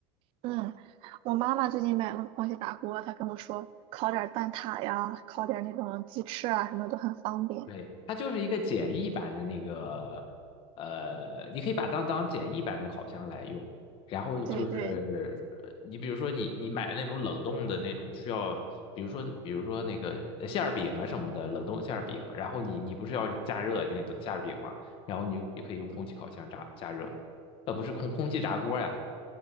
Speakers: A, on the right; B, on the left.
A: 嗯，我妈妈最近买了个空气炸锅，她跟我说烤点儿蛋挞呀，烤点儿那种鸡翅啊，什么都很方便。
B: 对，它就是一个简易版的那个，呃，你可以把它当简易版的烤箱来用。然后就是，
A: 对对
B: 呃你比如说你你买那种冷冻的那种需要，比如说比如说那个呃馅儿饼啊什么的，冷冻馅儿饼，然后你你不是要加热那个馅儿饼嘛，然后你就也可以用空气烤箱炸加热，呃，不是空空气炸锅呀，